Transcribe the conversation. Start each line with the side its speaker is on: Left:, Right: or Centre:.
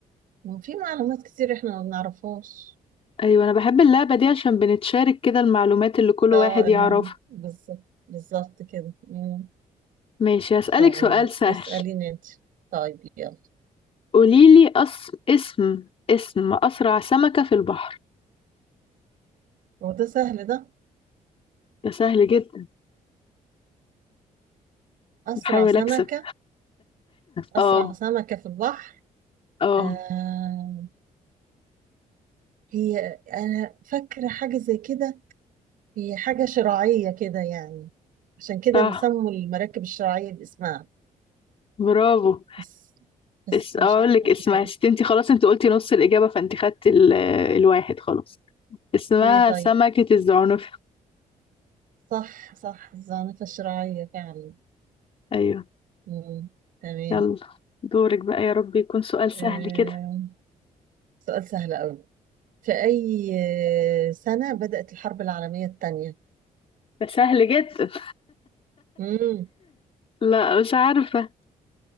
Right: وفي معلومات كتير احنا ما بنعرفهاش
Left: أيوة أنا بحب اللعبة دي عشان بنتشارك كده المعلومات اللي كل
Right: اه
Left: واحد
Right: المعنى
Left: يعرفها
Right: بالظبط بالظبط كده مم.
Left: ماشي هسألك
Right: طيب
Left: سؤال سهل
Right: اسأليني انت طيب يلا
Left: قوليلي أس... اسم اسم أسرع سمكة في البحر
Right: هو ده سهل ده
Left: ده سهل جدا
Right: أسرع
Left: بحاول
Right: سمكة
Left: أكسب
Right: أسرع
Left: اه
Right: سمكة في البحر
Left: اه
Right: آه هي أنا فاكرة حاجة زي كده هي حاجة شراعية كده يعني عشان كده
Left: صح
Right: بيسموا المراكب الشراعية باسمها
Left: برافو
Right: بس بس
Left: اس اقول
Right: مش عارفة
Left: لك
Right: اسمها
Left: اسمها
Right: ايه
Left: ست انت خلاص انت قلتي نص الإجابة فانت خدت ال... الواحد خلاص اسمها
Right: ايه طيب
Left: سمكة الزعنف
Right: صح صح الزعنفة الشراعية فعلا
Left: ايوه
Right: مم. تمام
Left: يلا دورك بقى يا رب يكون سؤال سهل
Right: آه.
Left: كده
Right: سؤال سهل أوي في أي آه، سنة بدأت الحرب العالمية الثانية؟
Left: ده سهل جدا
Right: مم.
Left: لا مش عارفة